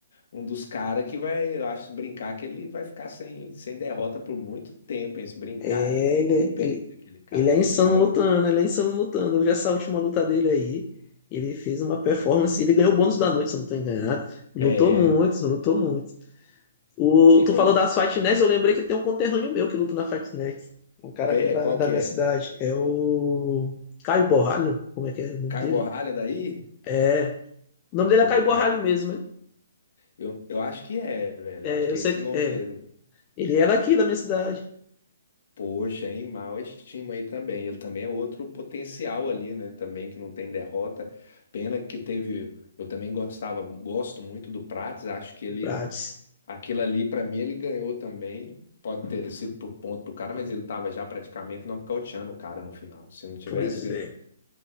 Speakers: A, on the left (about 55°); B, on the left (about 25°).
A: um dos caras que vai, eu acho, se brincar que ele vai ficar sem, sem derrota por muito tempo, hein? Se brincar,
B: É,
A: não, não
B: ele, é-
A: perde
B: ele,
A: aquele cara.
B: ele é
A: Aquele
B: insano
A: cara
B: lutando,
A: é muito bom.
B: ele é insano lutando. Eu vi essa última luta dele aí. Ele fez uma performance, ele ganhou o bônus da noite, se eu não tô enganado. Lutou
A: É.
B: muito, lutou muito. O,
A: E
B: tu
A: como.
B: falou das Fight Next, eu lembrei que tem um conterrâneo meu que luta na Fight Next. Um cara
A: É,
B: aqui da,
A: qual
B: da
A: que
B: minha
A: é?
B: cidade. É o Caio Borralho, como é que é o nome
A: Caio
B: dele?
A: Borralha daí?
B: É, o nome
A: Pô,
B: dele é Caio Borralho
A: Caio.
B: mesmo, né?
A: Eu, eu acho que é, velho.
B: É,
A: Eu acho que
B: eu
A: é
B: sei
A: esse
B: que
A: nome
B: é.
A: mesmo.
B: Ele era aqui da minha cidade,
A: Poxa, hein? Mal estima aí também. Ele também é outro potencial ali, né? Também que não tem derrota. Pena que teve. Eu também gostava, gosto muito do Prates. Acho que ele
B: Prates.
A: Aquilo ali, pra mim, ele ganhou também. Pode ter sido por ponto pro cara, mas ele tava já praticamente nocauteando o cara no final. Se não tivesse,
B: Pois é.